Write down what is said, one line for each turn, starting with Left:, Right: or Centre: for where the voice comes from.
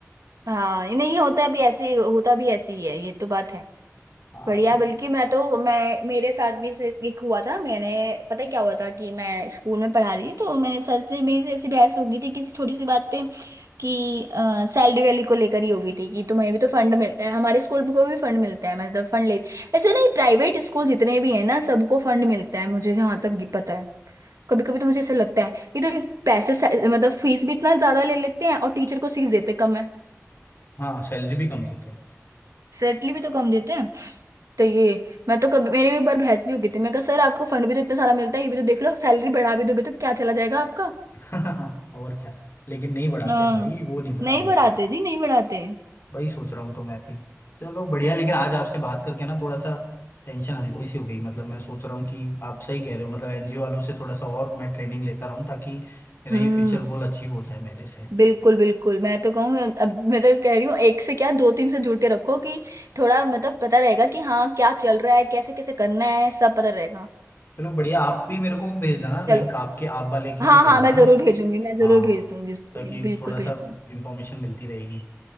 Right: हाँ ये नहीं होता भी ऐसे ही- होता भी ऐसे ही है ये तो बात है
Left: हाँ
Right: बढ़िया
Left: तो
Right: बल्कि मैं तो मैं मेरे साथ भी से एक हुआ था मैंने पता है क्या हुआ था कि मैं स्कूल में पढ़ा रही थी तो मैंने सर से मेरी से ऐसी बहस हो गई थी किसी छोटी सी बात पे कि सैलरी वैली को लेकर ही हो गई थी कि तुम्हें भी तो फंड मिलता है हमारे स्कूल को भी फंड मिलता है मतलब फंड ले वैसे नहीं प्राइवेट स्कूल जितने भी हैं ना सबको फंड मिलता है मुझे जहाँ तक ये पता है कभी कभी तो मुझे ऐसा लगता है कि तो पैसे मतलब फीस भी इतना ज्यादा ले लेते हैं और टीचर को फीस देते कम है
Left: हाँ सैलरी भी कम देते हैं
Right: सैलरी भी तो कम देते हैं तो ये मैं तो कभी मेरे भी एक बार बहस भी हो गई थी मैं कहा सर आपको फंड भी तो इतना सारा मिलता है ये भी तो देख लो सैलरी बढ़ा भी दोगे तो क्या चला जाएगा आपका
Left: <laughs> और क्या लेकिन नहीं बढ़ाते
Right: हाँ
Left: भाई वो नहीं बढ़ाएंगे
Right: नहीं बढ़ाते
Left: कभी
Right: जी नहीं बढ़ाते
Left: वही सोच रहा हूँ तो मैं भी चलो बढ़िया लेकिन आज आपसे बात करके ना थोड़ा सा टेंशन हल्की सी हो गई मतलब मैं सोच रहा हूँ कि आप सही कह रहे हो मतलब एनजीओ वालों से थोड़ा सा और मैं ट्रेनिंग लेता रहूँ ताकि मेरा
Right: हम्म
Left: ये फ्यूचर गोल अचीव हो जाए मेरे से
Right: बिल्कुल बिल्कुल मैं तो कहूँ अब मैं तो कह रही हूँ एक से क्या दो तीन से जुड़ के रखो कि थोड़ा मतलब पता रहेगा कि हाँ क्या चल रहा है कैसे कैसे करना है सब पता रहेगा
Left: चलो बढ़िया आप भी मेरे को वो भेज देना लिंक
Right: चलो
Left: आपके आप वाले की
Right: हाँ
Left: भी भेजना
Right: हाँ मैं
Left: ना
Right: जरूर भेजूंगी मैं जरूर
Left: हाँ
Right: भेज दूंगी उसके
Left: ताकि
Right: लिए बिल्कुल
Left: थोड़ा
Right: बिल्कुल
Left: सा इंफॉर्मेशन मिलती रहेगी